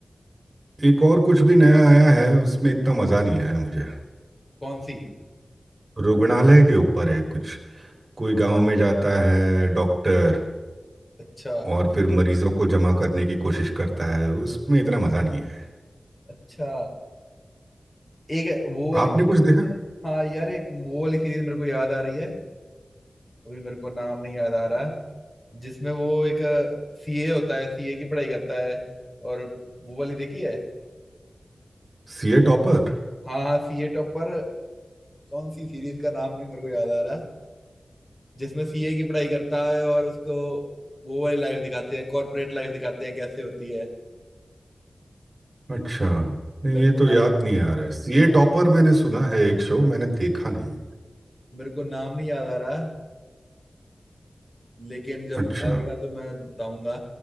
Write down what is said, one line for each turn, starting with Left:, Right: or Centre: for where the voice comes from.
Right: एक और कुछ भी नया आया है उसमें इतना मज़ा नहीं आया मुझे
Left: कौन सी
Right: रुग्णालय के ऊपर है कुछ कोई गांव में जाता है डॉक्टर
Left: अच्छा
Right: और फिर मरीजों को जमा करने की कोशिश करता है उसमें इतना मज़ा नहीं है
Left: अच्छा एक है- वो वाली
Right: आपने
Left: सीरीज
Right: कुछ देखा
Left: हाँ यार एक वो वाली सीरीज मेरे को याद आ रही है अभी मेरे को नाम नहीं याद आ रहा जिसमें वो एक सीए होता है सीए की पढ़ाई करता है और वो वाली देखी है
Right: CA topper
Left: हाँ हाँ सीए टॉपर कौन सी सीरीज का नाम नहीं मेरे को याद आ रहा जिसमें सीए की पढ़ाई करता है और उसको वो वाली लाइफ दिखाते हैं कॉर्पोरेट लाइफ दिखाते हैं कैसे होती है
Right: अच्छा नहीं
Left: मेरे
Right: ये
Left: को
Right: तो याद
Left: ना
Right: नहीं आ रहा है सीए
Left: हाँ,
Right: टॉपर मैंने सुना है एक शो मैंने देखा नहीं
Left: मेरे को नाम नहीं याद आ रहा लेकिन जब
Right: अच्छा
Left: आएगा तो मैं बताऊंगा